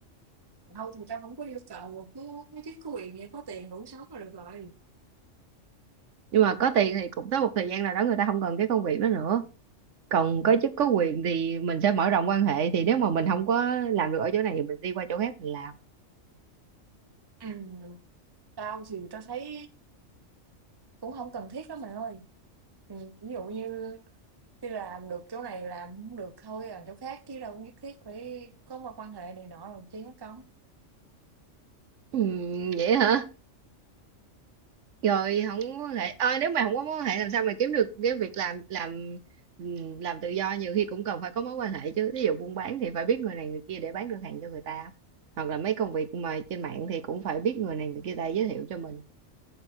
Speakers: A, on the right; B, on the right.
A: thôi thì tao không có yêu cầu cứ mấy cái quyền gì có tiền đủ sống là được rồi
B: nhưng mà có tiền thì cũng tới một thời gian nào đó người ta không cần cái công việc đó nữa còn có chức có quyền thì mình sẽ mở rộng quan hệ thì nếu mà mình không có làm được ở chỗ này thì mình đi qua chỗ khác mình làm
A: ừ. tao thì tao thấy cũng không cần thiết lắm mày ơi ừ, ví dụ như đi làm được chỗ này làm không được thôi làm chỗ khác chứ đâu nhất thiết phải có một quan hệ này nọ rồi chứ có công
B: ừ, vậy hả rồi không có mối quan hệ Ờ, nếu mà không có mối quan hệ làm sao mà kiếm được cái việc làm làm ừm, làm tự do nhiều khi cũng cần phải có mối quan hệ chứ ví dụ buôn bán thì phải biết người này người kia để bán được hàng cho người ta hoặc là mấy công việc mà trên mạng thì cũng phải biết người này người kia ta giới thiệu cho mình